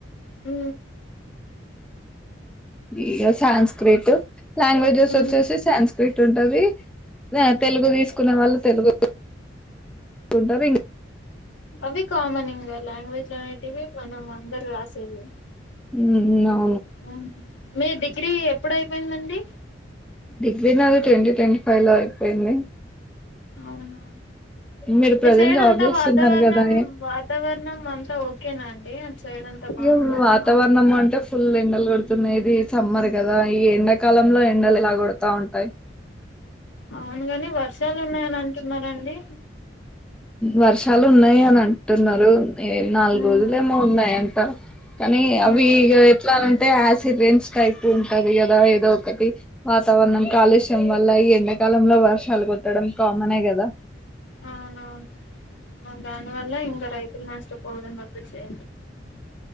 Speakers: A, on the left; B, in the centre.
A: ఉ
B: ఈ సాన్స్క్రిట్ లాంగ్వేజెస్
A: ఉమ్
B: వచ్చేసి సాన్స్క్రిట్ ఉంటుంది తెలుగు తీసుకునే వాళ్ళ తెలుగు కొంటరూ
A: అవి కామని ఇంగ లాంగ్వేజ్ లో అనేటివి మనం అందరు రాసేది
B: ఉ
A: ఆ మీ డిగ్రీ ఎప్పుడయిపోయిందండి
B: డిగ్రీ నాది ట్వంటీ ట్వంటీ ఫైవ్ లో అయిపోయింది
A: అవునా
B: మీరు
A: మీ
B: ప్రజెంట్
A: సైడ్
B: జాబ్
A: అంతా
B: చేస్తున్నారు
A: వాతావరణం
B: కదా
A: వాతావరణం అంతా ఓకేనా అండి సైడ్ అంతా బాగుందా
B: ఇయ వాతావరణమ్మౌంట
A: మా
B: ఫుల్ ఎండలు కొడుతున్నది సమ్మర్ కదా ఈ ఎండాకాలంలో ఎండలు ఇలా కొడతా ఉంటాయి
A: అవునుగాని వర్షాలు ఉన్నాయని అంటున్నారండి
B: వర్ష చాలా ఉన్నాయి అని అంటున్నారు ఏ నాలుగు
A: ఉమ్
B: రోజులు ఏమో ఉన్నాయంట కానీ అవి
A: ఉమ్
B: ఇ ఎట్లాలంటే సిరెంస్ టైప్ ఉంటది కదా ఏదో ఒకటి వాతావరణం కాలుష్యం వల్ల ఈ ఎండాకాలంలో వర్షాలు కొట్టడం కామనే కదా
A: అవునవును అ దావల్ ఇంగా రైతు నా పోడుంగా చె